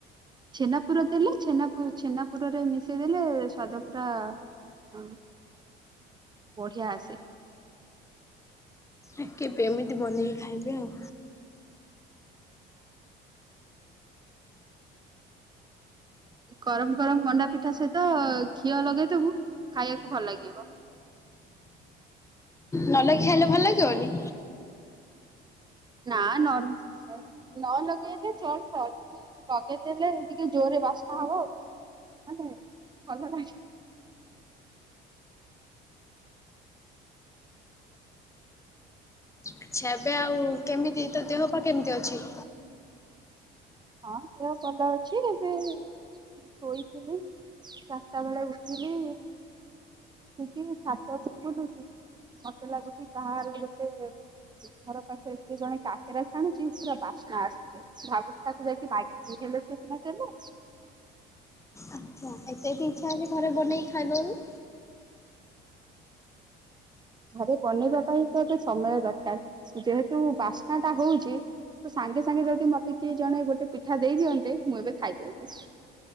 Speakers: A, on the right; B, on the left.
A: ଛେନାପୁର ଦେଲେ ଛେନାୁପୁ ଛେନାପୁରରେ ମିଶେଇ ଦେଲେ ସ୍ୱାଦ ପୁରା ହଁ ବଢିଆ ଆସେ।
B: ଆ କେବେ ଏମିତି ବନେଇକି ଖାଇବେ ଆଉ।
A: ଗରମ ଗରମ ମଣ୍ଡା ପିଠା ସହିତ ଘିଅ ଲଗେଇଦବୁ ଖାଇବାକୁ ଭଲ ଲାଗିବ।
B: ନ ଲଗେଇ କି ଖାଇଲେ ଭଲ ଲାଗିବନି?
A: ନା ନ ନ ଲଗେଇଲେ ଚଳିବ କିନ୍ତୁ ଲଗେଇଦେଲେ ଟିକେ ଜୋରରେ ବାସ୍ନା ହବ ଆଉ। ମାନେ ଭଲ ଲାଗିବ।
B: ଆଛା ଏବେ ଆଉ କେମିତି ତ ଦେହ ପା କେମିତି ଅଛି?
A: ହଁ ଦେହ ଭଲ ଅଛି। ଏବେ ଶୋଇଥିଲି ଚାରିଟା ବେଳେ ଉଠିଲି। ଠିକ ଛାତ ଉପରେ ବୁଲୁଚି ମତେ ଲାଗୁଚି କାହାର ଗୋଟେ ଘର ପାଖରେ କିଏ ଜଣେ କାକେରା ଛାଣୁଛି ପୁରା ବାସ୍ନା ଆସୁଛି। ଭାବୁଛି ତାକୁ ଯାଇକି ମାଗିବି ହେଲେ ସିଏ ସିନା ଦେଲେ।
B: ଆଚ୍ଛା ଏତେ ଜଦି ଇଚ୍ଛା ଅଛି ଘରେ ବନେଇକି ଖାଇ ଦଉନୁ।
A: ଘରେ ବନେଇବା ପାଇଁ ତ ତ ସମୟ ଦରକାର ଯେହେତୁ ବାସ୍ନା ଟା ହଉଛି ତ ସାଙ୍ଗେ ସାଙ୍ଗେ ଯଦି ମତେ କିଏ ଜଣେ ଗୋଟେ ପିଠା ଦେଇ ଦିଅନ୍ତେ ମୁଁ ଏବେ ଖାଇଦିଅନ୍ତି।